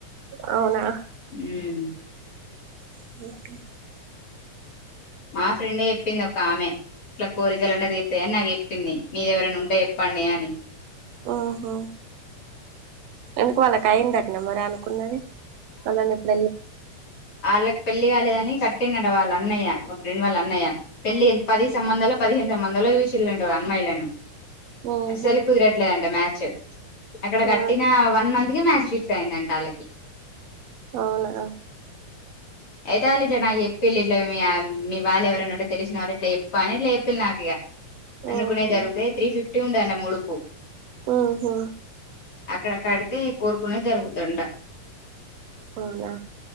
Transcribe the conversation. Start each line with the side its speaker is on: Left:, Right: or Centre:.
Right: అవున
Left: ఉమ్
Right: <inaudible>
Left: మా ఫ్రెండే చెప్పింది ఒక ఆమె ఇట్లా కోరికలు ఉంటే తీరుతాయని నాకు చెప్పింది మీరు ఎవరైనా ఉంటే చెప్పండి అని
Right: ఆహా ఎందుకు వాళ్ళకి అయిందటనా మరి అనుకున్నది వాళ్ళని ఎప్పుడు
Left: ఆళ్ళకి పెళ్ళి కాలేదని కట్టిడట వాళ్ళ అన్నయ్య మా ఫ్రెండ్ వాళ్ళ అన్నయ్య పెళ్లి పది సంబంధాలు పదిహేను సంబధాలో చూసిండ్రాట అమ్మాయిలను
Right: ఉహు
Left: అసలు కుదిరట్లేదంట మ్యాచ్ అక్కడ కట్టినా
Right: ఆ
Left: వన్ మంత్ ఇగా మ్యాచ్ ఫిక్స్ అయిందంట వాళ్ళకి
Right: అవునా
Left: అయితే వాళ్ళు ఇట్ల చేప్పిళ్ళు ఇట్లా మీ మీ వాళ్ళు ఎవరైనా ఉంటే తెలిసిన వాళ్ళు ఇట్లా ఎప్ప అని ఇట్లా చెప్ప నాకు ఇగ అనుకునే
Right: ఓహో
Left: జరుగుతాయి త్రీ ఫిఫ్టీ ఉండయట ముడుపు
Right: ఉ హు
Left: అక్కడ కడితే కోరుకునవి జరుగుద్దంట
Right: అవున